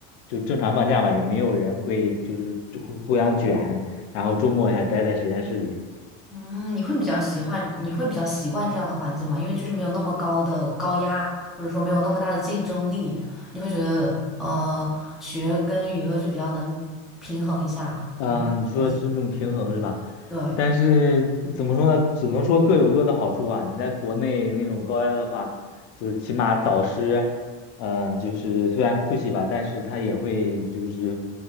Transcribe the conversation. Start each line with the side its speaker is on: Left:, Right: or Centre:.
Left: 就正常放假吧，也没有人会就是互互相卷，然后周末还待在实验室里。
Centre: 嗯，你会比较喜欢，你会比较习惯这样的环境吗？因为就是没有那么高的高压，或者说没有那么大的竞争力，你会觉得呃，学跟娱乐就比较能平衡一下。
Left: 嗯，
Centre: 你会好像
Left: 你说这种平衡是吧？
Centre: 对，
Left: 但是怎么说呢？只能说各有各的好处吧。你在国内那种高压的话，就是起码导师，嗯，就是虽然 push 吧，但是他也会就是